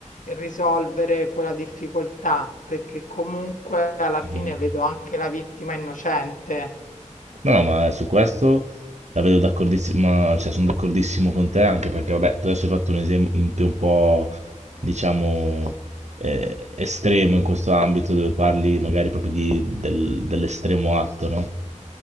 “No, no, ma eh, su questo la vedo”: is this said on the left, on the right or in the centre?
Right